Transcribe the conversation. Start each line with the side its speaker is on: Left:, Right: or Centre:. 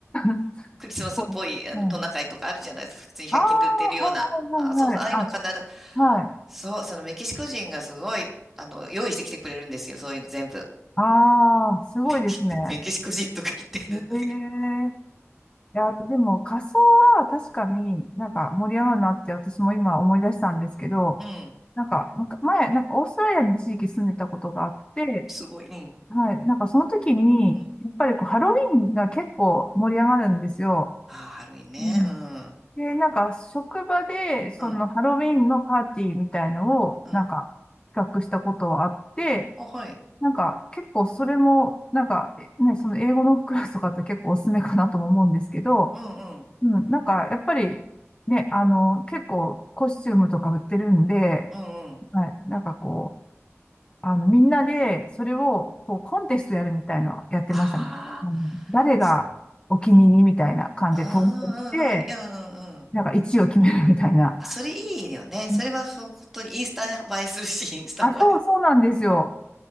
Left: <laughs>
Centre: クリスマスっぽい、
Left: そう、
Centre: あの、
Left: うん。
Centre: トナカイとかあるじゃないですか。普通に100均で売ってるような。
Left: ああ、はいはいはいはい。
Centre: あ、そうそう、ああいうの必ず、
Left: あ、はい。
Centre: そう、そのメキシコ人がすごい、あの、用意してきてくれるんですよ。そういうの全部。
Left: ああ、すごいですね。
Centre: メキ、<laughs> メキシコ人とか言ってるんだけど。
Left: ええいや、でも仮装は確かになんか盛り上がるなって私も今思い出したんですけど、
Centre: うん。
Left: なんかむか前、なんかオーストラリアに一時期住んでたことがあって、
Centre: すごい。うん。
Left: はい、なんかその時に、
Centre: うん。
Left: やっぱりこうハロウィーンが結構盛り上がるんですよ。
Centre: ああ、ハロウィンね。
Left: うん。
Centre: うん。
Left: で、なんか職場でそのハロウィーンのパーティーみたいのをなんか企画したことはあって、
Centre: うん。うん。あ、はい。
Left: なんか結構それもなんかえね、その英語のクラスとかって結構おすすめかなとも思うんですけど、
Centre: うん、うん。
Left: うん、なんか、やっぱり、ね、あの、結構コスチュームとか売ってるんで、
Centre: うん、うん。
Left: はい、なんかこう、あの、みんなで、それを、こう、コンテストやるみたいのやってましたね。
Centre: ああ。
Left: うん誰がお気に入りみたいな感じで投票して、
Centre: すああ、うん、うん。いやうん、うん。うん
Left: なんか1位を決めるみたいな。
Centre: あそれいいよね。それは、
Left: うん
Centre: その本当にインスタ映えするし、インスタ映え。
Left: あ、そう、そうなんですよ。